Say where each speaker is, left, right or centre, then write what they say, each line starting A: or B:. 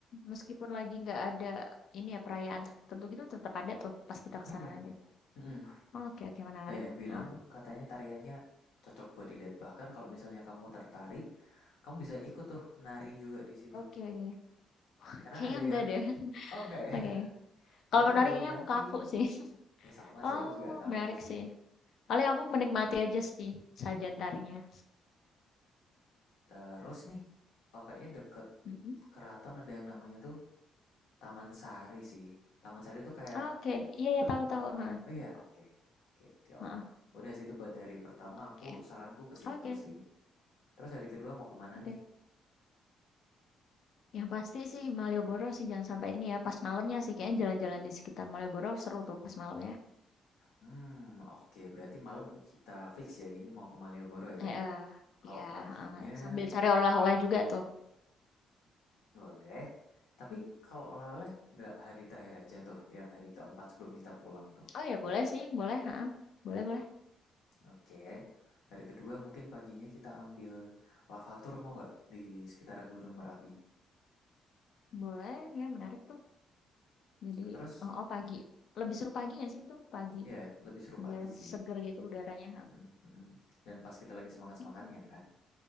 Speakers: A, on the left; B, on the left.
A: meskipun lagi nggak ada ini ya, perayaan tertentu gitu tetap ada tuh pas kita kesana
B: mm, mm,
A: nanti?
B: mm, mm.
A: Oke oke menarik.
B: Banyak yang bilang
A: ah
B: katanya tariannya cocok buat dilihat. Bahkan kalau misalnya kamu tertarik, kamu bisa ikut tuh nari juga di situ.
A: Oke oke.
B: Karena
A: Kayaknya
B: ada
A: enggak
B: yang,
A: deh. <laughs>
B: oh enggak ya,
A: Oke.
B: <laughs>
A: Kalau
B: karena
A: nari
B: ada
A: kayaknya
B: yang damping.
A: aku kaku sih. <laughs>
B: Eh sama sih,
A: Oh,
B: aku juga kaku
A: menarik
B: sih.
A: sih. Paling aku menikmati aja sih sajian tarinya.
B: Terus nih, oh kayaknya deket
A: Mhm.
B: keraton ada yang namanya tuh Taman Sari sih. Taman Sari itu kayak
A: Oke, iya ya
B: tempatnya,
A: tahu tahu, ha,
B: oh iya oke, oke, ya
A: Heeh,
B: Allah. Udah sih itu buat hari pertama
A: oke.
B: aku saranku ke situ
A: Oke
B: sih. Terus hari kedua mau kemana
A: oke.
B: nih?
A: Yang pasti sih Malioboro sih jangan sampai ini ya, pas malamnya sih kayaknya jalan-jalan di sekitar Malioboro seru tuh pas malam ya.
B: Hmm, oke. Berarti malam kita fix ya ini mau ke Malioboro ya.
A: eh eh,
B: Kalau
A: ya
B: paginya
A: heeh. Sambil cari oleh-oleh juga tuh.
B: boleh. Tapi kalau oleh-oleh nggak hari terakhir aja tuh, yang hari keempat sebelum kita pulang tuh.
A: Oh ya boleh sih, boleh, heeh. Boleh, boleh.
B: Oke. Hari kedua mungkin paginya kita ambil lavatur mau nggak di sekitar Gunung Merapi.
A: Boleh, ya menarik tuh. Jadi,
B: Terus
A: oh, oh, pagi. Lebih seru pagi nggak sih tuh? Pagi.
B: ya lebih seru
A: Biar
B: pagi
A: masih
B: sih.
A: seger gitu udaranya. heeh.
B: Mm, mm. Dan pas kita lagi semangat-semangatnya
A: Iya,
B: kan.